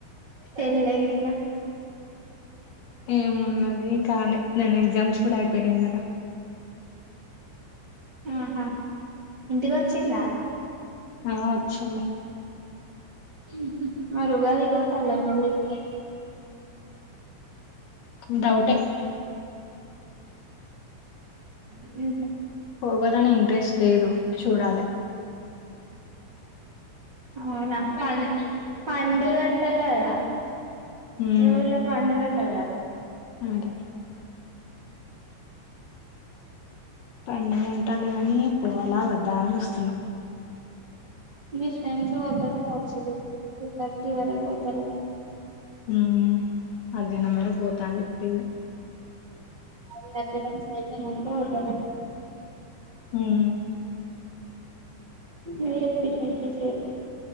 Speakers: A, on the right; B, on the left.
A: చెల్లె గిట్లా
B: ఏమున్నది కానీ నేను ఎగ్జామ్స్ కూడా అయిపోయినై కదా
A: ఆహా ఇంటికి వచ్చింద
B: ఆ వచ్చింది
A: ఉహు మరి ఉగాది పోతళ్ల మీ ఊరికి
B: డౌటే
A: ఉహు
B: పోగాలని ఇంట్రెస్ట్ లేదు చూడాలే
A: అవునా ప పండుగట్ట కదా
B: ఉమ్
A: మీ ఊర్లో పండుగట్ట కద
B: అదే పండుగంటలు గాని పోవలా వద్దా అని చూస్తున్నా
A: మీ ఫ్రెండ్స్ పోతారుకవచ్చు రేపు త్రి థర్టీ వరకు పోతారట
B: ఉం మధ్యహ్నం వరకు పోతాని చెప్పింది
A: అది కట్టడం సేఫ్ తారు
B: హుమ్
A: మీరే చెప్పిర్రు గా ఇంతసేపు